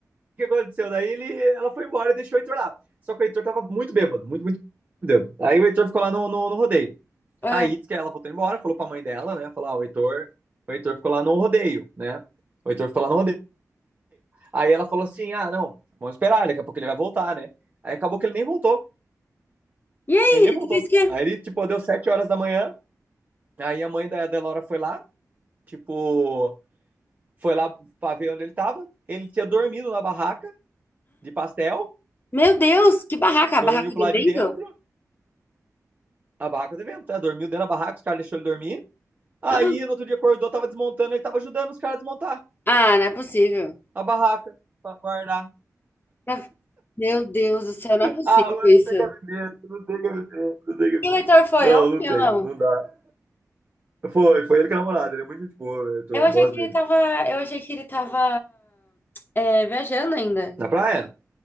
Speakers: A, on the right; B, on the left.
A: que aconteceu? Daí ele, ela foi embora e deixou o Heitor lá. Só que o Heitor tava muito bêbado, muito, muito bêbado. Aí o Heitor ficou lá no, no, no rodeio.
B: Ah,
A: Aí, diz que ela voltou embora, falou pra mãe dela, né, falou, ah, o Heitor, o Heitor ficou lá no rodeio, né. O Heitor ficou lá no rodeio. Aí ela falou assim: ah, não, vamos esperar, daqui a pouco ele vai voltar, né? Aí acabou que ele nem voltou.
B: e aí?
A: Ele nem
B: Ele
A: voltou.
B: fez o quê?
A: Aí ele, tipo, deu sete horas da manhã. Aí a mãe da Delora foi lá, tipo, foi lá pra ver onde ele tava. Ele tinha dormido na barraca de pastel,
B: Meu Deus, que barraca! A
A: dormiu
B: barraca
A: pro
B: do
A: lado
B: vento?
A: de dentro, a barraca de vento, né? Dormiu dentro da barraca, os caras deixaram ele dormir. Aí
B: Ah,
A: no outro dia acordou, tava desmontando, ele tava ajudando os caras a desmontar
B: ah, não é possível.
A: a barraca pra guardar.
B: Não é- Meu Deus do céu, não é possível
A: Ah, mas
B: isso.
A: não tem cabimento, não tem cabimento, não tem cabimento.
B: E o leitor foi
A: Não,
B: ontem
A: não tem,
B: ou não?
A: não dá. Foi, foi ele que é namorado. Ele é muito gente boa, eu, tô-
B: Eu
A: eu
B: achei
A: gosto
B: que
A: dele.
B: ele tava, eu achei que ele tava é, viajando ainda.
A: Na praia?